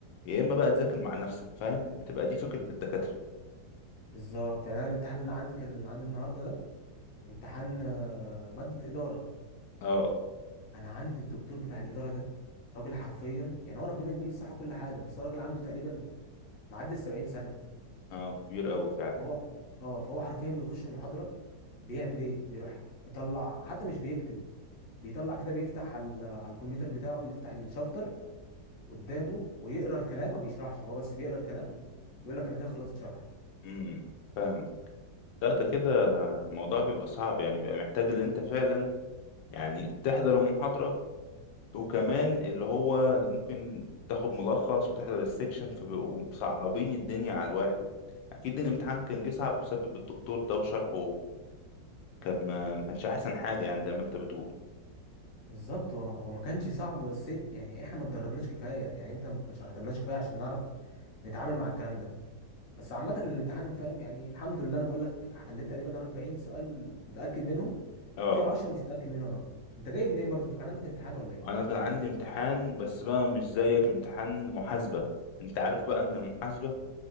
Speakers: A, on the left (about 85°); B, on the left (about 45°).
A: يا اما بقى تذاكر مع نفسك فاهم بتبقى دي فكرة الدكاترة
B: بالظبط يعني انا الامتحان اللي عندي كان اللي عندي النهارده ده امتحان آه، ماده اداره
A: اه
B: انا عندي الدكتور بتاع الاداره ده راجل حرفيا يعني هو ربنا يديله الصحه وكل حاجه بس هو راجل عنده تقريبا معدي ال 70 سنه
A: اه كبير قوي فعلا
B: هو اه فهو حرفيا بيخش المحاضره بيعمل ايه بيروح مطلع حتى مش بيكتب بيطلع كده بيفتح على على الكمبيوتر بتاعه يفتح الشابتر قدامه ويقرا الكلام ما بيشرحش هو بس بيقرا الكلام يقول لك انا كده خلصت شرح
A: امم فاهمك لا ده كده الموضوع بيبقى صعب يعني بيبقى محتاج اللي انت فعلا يعني تحضر المحاضرة وكمان اللي هو ممكن تاخد ملخص وتحضر السكشن فبيبقوا صعبين الدنيا على الواحد اكيد الامتحان كان جه صعب بسبب الدكتور ده وشرحه كان ما ما كانش احسن حاجة يعني زي ما انت بتقول
B: بالظبط هو هو ما كانش صعب بس يعني احنا ما اتدربناش كفايه يعني انت ما شرحتلناش كفايه عشان نعرف نتعامل مع الكلام ده بس عامه الامتحان فاهم يعني الحمد لله انا بقول لك حليت تقريبا 40 سؤال متاكد منهم
A: اه
B: في 10 مش متاكد منهم قوي انت جاي منين برضه انت كان عندك امتحان ولا ايه
A: انا كان عندي امتحان بس بقى مش زيك امتحان محاسبة انت عارف بقى ان المحاسبة